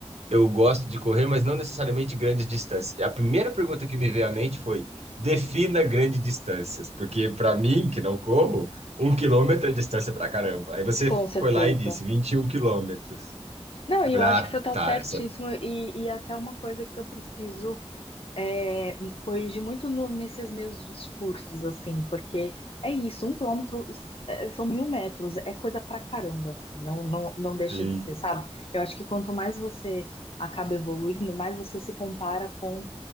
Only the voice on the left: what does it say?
Com certeza.
Não,
e
eu acho
que você está
certíssimo,
e, e até uma coisa que eu preciso é, corrigir muito no- nesses meus discursos, assim, porque é isso, um quilômetro é, são mil metros, é coisa pra caramba, assim, não, não, não deixa
de ser, sabe? Eu acho que quanto mais você acaba evoluindo, mais você se compara com